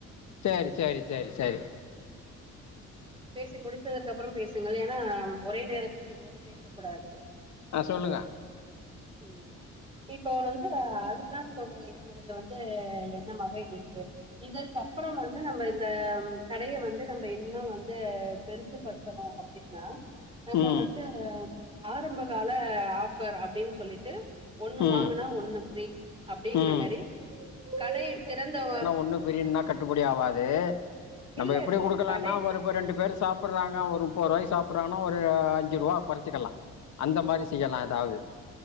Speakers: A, on the left (about 65°); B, on the right (about 20°).
A: செரி செரி செரி செரி
B: பேசி முடித்ததற்கு அப்பறோ பேசுங்கள் ஏனா ஒரே நேரத்தில் இருவரு பேசக்கூடாது
A: ஆ சொல்லுங்க
B: ம் இப்போ வந்து அதுதா தோழர் என்னுடைய வந்து எண்ணமாக இருக்கு இதற்கப்பறம் வந்து நம்ம இந்த கடைய வந்து நம்ப இன்னு வந்து பெருசுபடுத்தணு அப்டின்னா நம்ப
A: ம்.
B: வந்து ஆ ஆரம்பகால ஆஃபர் அப்டின் சொல்லிட்டு ஒண்ணு
A: ம்.
B: வாங்குனா ஒண்ணு ஃப்ரீ அப்டிங்கற
A: ம்
B: மாரி கடைய திறந்தவ
A: ஒன்னு பிரியனா கட்டுப்படி ஆவாது நம்ம
B: இல்ல
A: எப்டி
B: இல்ல
A: குடுக்கலானா
B: கடை த-
A: ஒரு ப ரெண்டு பேர் சாப்புறாங்க ஒரு முப்ப ரூவாய்க்கி சாப்புறாங்கனா ஒரு அஞ்சு ரூவா கொறச்சுக்கலா அந்த மாரி செய்யலா ஏதாவது